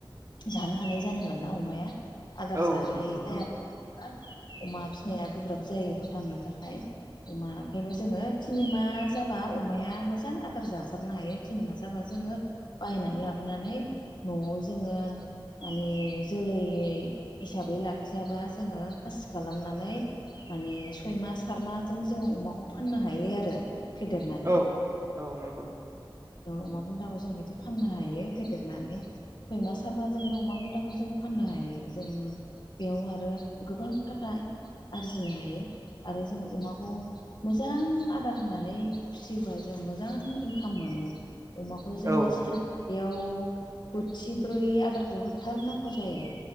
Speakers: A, on the left; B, on the right.
A: जानो हानाय जानांगोन ना अमाया आदार
B: औ
A: जानाय
B: नों
A: जायाब्ला अमा फिनाया गोब्राब जायो फोथांनो थाखाय अमा ओंखायनो जोङो थिनिमा जाबा अमाया मोजां आदार जासारनो हायो थिनिमा जाबा जोङो बायनानै लाबोनानै न'आव जोङो माने जोलै हिसाबै लाखियाबा जोङो खासि खालामनानै माने सयमा सारमाजों जों अमाखौ फाननो हायो आरो। फेदेरनानै
B: औ औ नंगौ
A: अमा बुन्दाखौ जों बिदि फाननो हायो फेदेरनानै। सयमा सारमा जोंनो अमा बुन्दाखौ जों फाननो हायो जोङो बेयाव आरो गोबां थाखा आरजिनो हायो आरो जों अमाखौ मोजां आदार होनानै फिसियोबा जों मोजां इनकाम मोनो। अमाखौ जोङो
B: औ
A: सान बेयाव बोथिब्रै आदारखौ होथारनांगौ जायो।